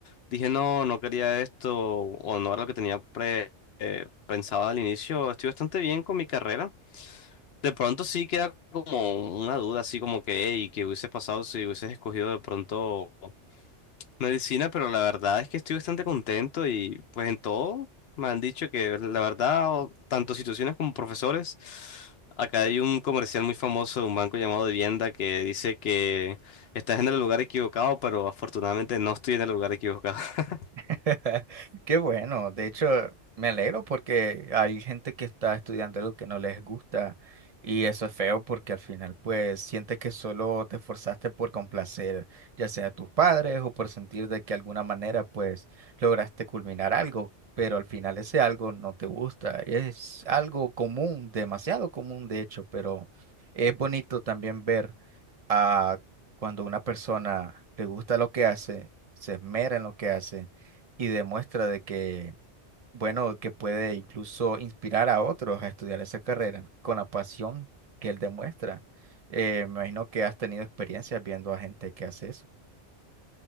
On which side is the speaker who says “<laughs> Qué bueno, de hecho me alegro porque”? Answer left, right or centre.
Right